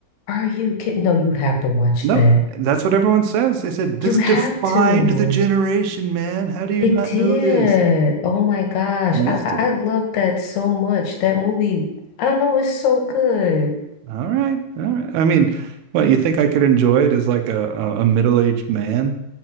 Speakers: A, on the left; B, on the right.
A: Are you kidding? No, you have to watch
B: No,
A: that.
B: that's what everyone says. They said this
A: You have
B: defined
A: to.
B: the generation, man. How do you
A: It
B: not
A: did.
B: know this?
A: Oh my gosh.
B: I missed
A: I I,
B: it.
A: I love that so much. That movie, I don't know, it's so good.
B: All right. All right. I mean, what, you think I could enjoy it as like a, a, a middle-aged man?